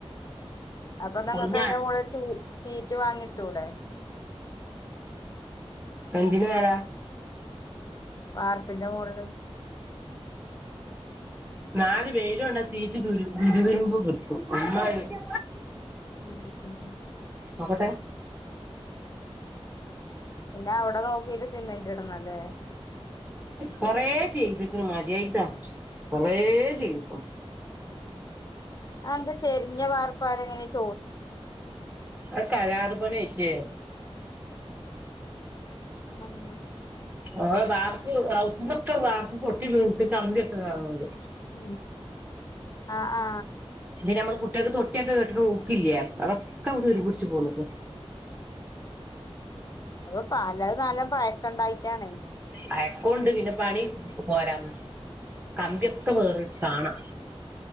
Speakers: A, on the left; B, on the right.
A: അപ്പൊ നിങ്ങക്ക്
B: പൊളിഞ്ഞാ
A: അതിന്റെ മോളിൽ സീ ഷീറ്റ് വാങ്ങിട്ടൂടെ
B: എന്തിനു മേല
A: വാർപ്പിന്റെ മോളിൽ
B: നാലു വെയിലൊണ്ട ഷീറ്റ് ദുരു തുരുമ്പ് പിടിക്കും അമ്മാതിരി
A: ഉം
B: നോക്കട്ടെ
A: എന്നാ അവിടെ നോക്കിട്ട് സിമെന്റ് ഇടന്നല്ലേ
B: കൊറേ ചെയ്തിക്ക്ണ് മതിയായിട്ടാ കൊറേ ചെയ്തിക്ക്ണ്
A: അത് എന്താ ചെരിഞ്ഞ വാർപ്പാതെങ്ങനെ ചെ
B: അ കരാറു പണി ഏറ്റെ
A: ഉം
B: ഓ വാർപ്പ് അവുത്തുന്നൊക്കെ വാർപ്പ് പൊട്ടി വീണിട്ട് കമ്പിയൊക്കെ കാണുന്നുണ്ട്
A: ഉം ആ ആ
B: നമ്മൾ കുട്ടിക്ക് തൊട്ടിയൊക്കെ കെട്ടണ ഹുക്കില്ലേ അതൊക്കെ അങ്‌ തുരുമ്പ് പിടിച്ചു പോന്നിക്ക്ണ്
A: അപ്പൊ കാലാ കാലം പയക്കണ്ടായിട്ടാണ്
B: പയക്കൊണ്ട് പിന്നെ പണി പോരാ കമ്പിയൊക്കെ വേറേ കാണാം